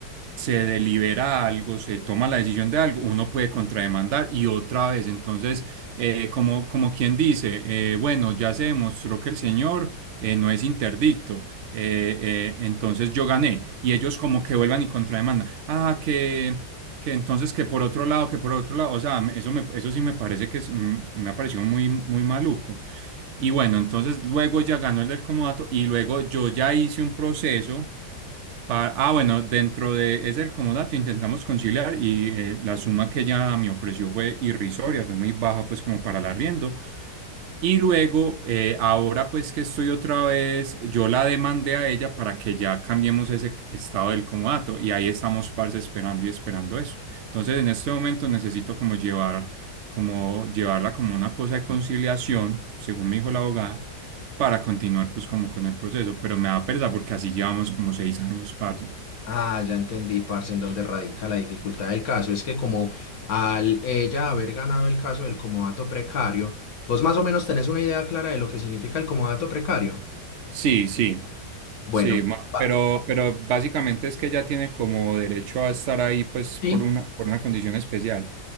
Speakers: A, on the right; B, on the left.
A: se delibera algo, se toma la decisión de algo, uno puede contrademandar y otra vez? Entonces, eh, como, como quien dice, eh, bueno, ya se demostró que el señor eh, no es interdicto. Eh, eh, entonces yo gané y ellos como que vuelvan y contrademandan. Ah, que, que entonces que por otro lado, que por otro lado. O sea, me- eso, me, eso sí me parece que es, mm, me ha parecido muy, muy maluco. Y bueno, entonces luego ya ganó el del comodato y luego yo ya hice un proceso para... Ah, bueno, dentro de ese del comodato intentamos conciliar y eh, la suma que ella me ofreció fue irrisoria, fue muy baja pues como para el arriendo. Y luego, eh, ahora pues que estoy otra vez, yo la demandé a ella para que ya cambiemos ese estado del comodato y ahí estamos, parce, esperando y esperando eso. Entonces, en este momento necesito como llevar, como llevarla como una cosa de conciliación, según me dijo la abogada, para continuar pues como con el proceso, pero me da pereza porque así llevamos como seis años, parce.
B: Ah, ya entendí, parce, en donde radica la dificultad del caso. Es que como al ella haber ganado el caso del comodato precario, vos más o menos tenés una idea clara de lo que significa el comodato precario.
A: Sí, sí.
B: Bueno,
A: Sí, ma-
B: va-
A: pero, pero básicamente es que ella tiene como derecho a estar ahí pues
B: sí.
A: por una, por una condición especial.